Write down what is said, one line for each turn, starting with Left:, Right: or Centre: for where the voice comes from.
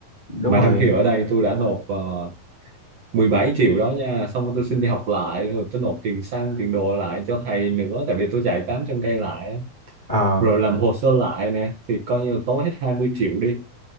Left: đúng
Right: Mà
Left: rồi
Right: trong khi ở đây tôi đã nộp uh, 17 triệu đó nha, xong rồi tôi xin đi học lại, rồi tôi nộp tiền xăng, tiền đồ lại cho thầy nữa, tại vì tôi chạy 800 cây lại, á.
Left: à
Right: rồi làm hồ sơ lại nè, thì coi như là tốn hết 20 triệu đi.